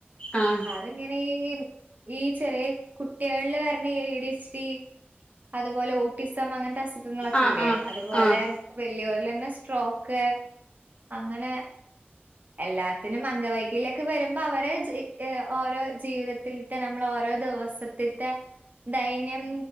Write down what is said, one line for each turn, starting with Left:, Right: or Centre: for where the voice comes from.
Left: ആഹ്
Right: അതെങ്ങനെ ഈമ്മ് ഈ ചെറിയ കു ട്ടിയാൾള് വരണ എ ഡി എച്ച് ഡി അതുപോലെ ഓട്ടിസം- സം അങ്ങനത്തസുഖങ്ങളൊക്കെല്ലേ,
Left: ആഹ് ആഹ്
Right: അതുപോലെ
Left: ആഹ്
Right: വൽയോരിലന്നെ ട്രോക്ക് അങ്ങനെ എല്ലാത്തിനും അംഗവൈകല്യൊക്കെ വരുമ്പവരെ ച്ചിയ് ഇ ഓരെ ജീവിതത്തിൽത്തെ നമ്മളോ ഓരോ ദിവസത്ത്ത്തെ ദൈനം